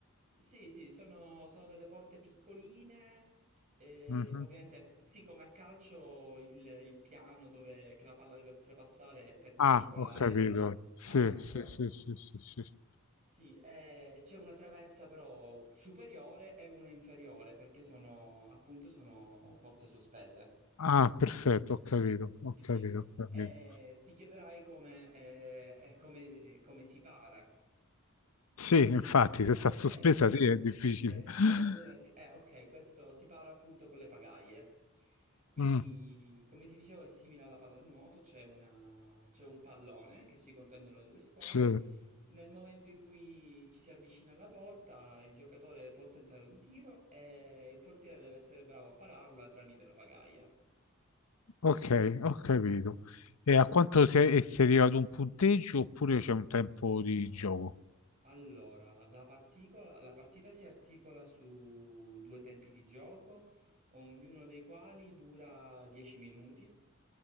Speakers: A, on the right (about 35°); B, on the left (about 85°).
A: Sì, sì, sono, sono delle porte piccoline. eh,
B: Mhm.
A: ovviamente, sì, come a calcio il, il piano dove, che la palla deve oltrepassare è perpendicolare
B: Ah, ho capito. Sì,
A: all'acqua.
B: sì, sì, sì, sì, sì.
A: Sì, eh, c'è una traversa però superiore e una inferiore perché sono appunto sono porte sospese.
B: Ah, perfetto, ho capito,
A: Sì,
B: ho
A: sì.
B: capito, ho capito.
A: E ti chiederai come, eh, eh, come, come si para.
B: Sì, infatti, se sta sospesa,
A: Eh, s-
B: sì, è difficile.
A: eh,
B: <laughs>
A: sono a due metri. Eh, ok, questo si para appunto con le pagaie. Quindi,
B: Mm,
A: come ti dicevo, è simile alla pallanuoto, c'è una- c'è un pallone che si contendono le due squadre.
B: sì.
A: Nel momento in cui ci si avvicina alla porta, il giocatore può tentare un tiro e il portiere deve essere bravo a pararla tramite la pagaia.
B: Ok, ho capito. E a quanto si, è, e si arriva ad un punteggio oppure c'è un tempo di gioco?
A: Allora, la particola- la partita si articola su due tempi di gioco, ognuno dei quali dura 10 minuti.